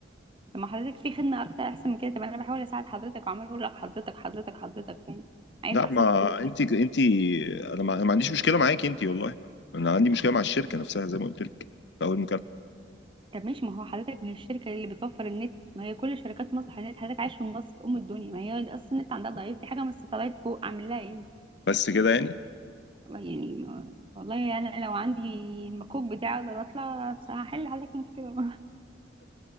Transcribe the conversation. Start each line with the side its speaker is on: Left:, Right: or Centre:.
Right: طب ما حضرتك في خدمه اكتر احسن من كده طب انا بحاول اساعد حضرتك وعمال اقول لك حضرتك حضرتك حضرتك يعني عايز
Left: لا
Right: احسن
Left: ما
Right: من كده ايه
Left: انت انت انا ما, أنا ما عنديش مشكلة معاكي انت والله انا عندي مشكلة مع الشركة نفسها زي ما قلت لك في اول مكالمة
Right: طب ماشي ما هو حضرتك ما هي الشركة اللي بتوفر النت ما هي كل شركات مصر حضرتك حضرتك عايش في مصر أم الدنيا ما هي أصلا النت عندها ضعيف دي حاجة من الستلايت فوق عامل لها إيه
Left: بس كده يعني
Right: يعني ما- والله أنا لو عندي المكوك بتاعي أقدر أطلع هحل حضرتك المشكلة